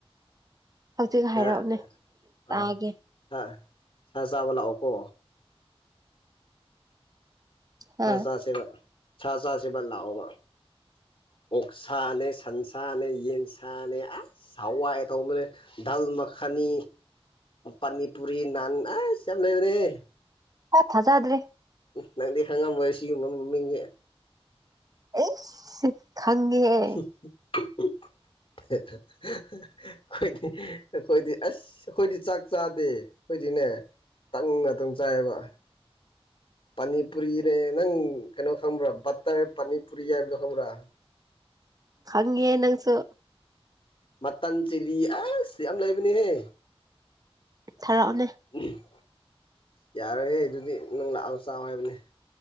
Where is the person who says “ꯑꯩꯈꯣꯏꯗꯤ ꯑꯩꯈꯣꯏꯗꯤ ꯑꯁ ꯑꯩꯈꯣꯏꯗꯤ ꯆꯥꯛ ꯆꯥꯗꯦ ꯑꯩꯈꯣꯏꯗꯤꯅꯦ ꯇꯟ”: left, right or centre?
Left